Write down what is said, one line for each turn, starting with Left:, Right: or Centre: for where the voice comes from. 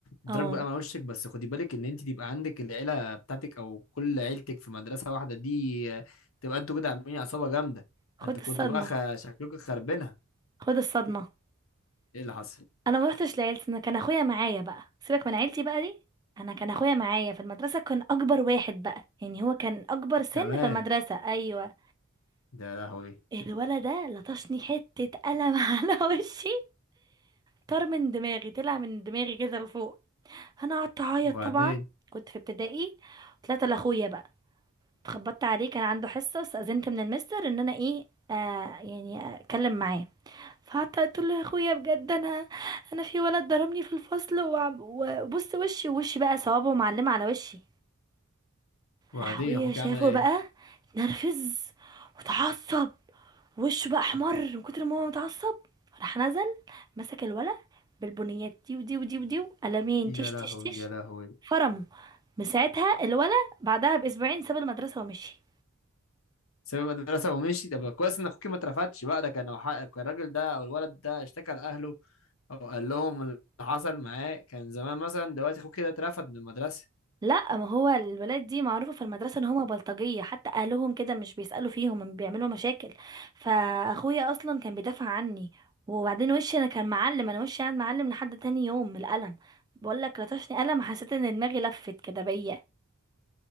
Left: ادراك
Right: اه
Left: بقى مع وشك بس خدي بالك ان انت تبقى عندك العيله بتاعتك او كل عيلتك في مدرسه واحده دي آه، تبقى انتوا كده عاملين عصابه جامده
Right: خد
Left: ده انتوا
Right: الصدمة
Left: كنتوا بقى خ... شكلكم خربينها
Right: خد الصدمة
Left: ايه اللي حصل
Right: انا ما رحتش لعيلتي انا كان اخويا معايا بقى سيبك من عيلتي بقى دي انا كان اخويا معايا في المدرسه كان اكبر واحد بقى يعني هو كان اكبر سن
Left: كمان
Right: في المدرسه ايوه
Left: ده يا لهوي
Right: الولد ده لطشني حته قلم <laughs> على وشي طار من دماغي طلع من دماغي كده لفوق انا قعدت اعيط
Left: وبعدين
Right: طبعا كنت في ابتدائي طلعت لاخويا بقى اتخبطت عليه كان عنده حصه استاذنت من المستر ان انا ايه آه يعني اتكلم معاه فقعدت قلت له يا اخويا بجد انا انا في ولد ضربني في الفصل وعم- وبص وشي وشي بقى صوابعه معلمه على وشي
Left: وبعدين
Right: راح اخويا
Left: اخوك
Right: شافه
Left: عمل ايه
Right: بقى اتنرفز وتعصب وشه بقى احمر من كتر ما هو متعصب راح نزل مسك الولد بالبنيات دي ودي ودي ودي قلمين
Left: يا
Right: تش
Left: لهوي
Right: تش تش
Left: يا لهوي
Right: فرمه من ساعتها الولد بعدها باسبوعين ساب المدرسه ومشي
Left: ساب المدرسه ومشي طب كويس ان اخوك ما اترفدش بقى ده كان لو حق- كان الراجل ده او الولد ده اشتكى لاهله او قال لهم اللي حصل معاه كان زمان مثلا دلوقتي اخوك كده اترفد من المدرسه
Right: لا ما هو الولاد دي معروفة في المدرسة ان هما بلطجية حتى اهلهم كده مش بيسألوا فيهم هم بيعملوا مشاكل فاخويا اصلا كان بيدافع عني وبعدين وشي انا كان معلم انا وشي قاعد معلم لحد تاني يوم من القلم بقول لك لطشني قلم حسيت ان دماغي لفت كده بيا